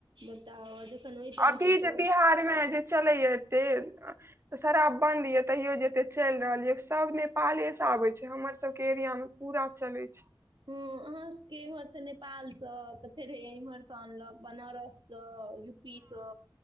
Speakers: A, on the right (about 75°); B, on the right (about 30°).
A: बताउ जखन ओहि टाइम
B: अभी
A: पर तऽ
B: जे बिहारमे चलैये एत्ते शराब बन्द ये तैयो जे एते चलि रहल ये सब नेपाले से आबै छै हमर सबके एरियामे पूरा चलै छै
A: हूँ हमरा सभकेँ इम्हर छै नेपालसँ तऽ फेर हैये इम्हरसँ अनलक बनारससँ यू पी सँ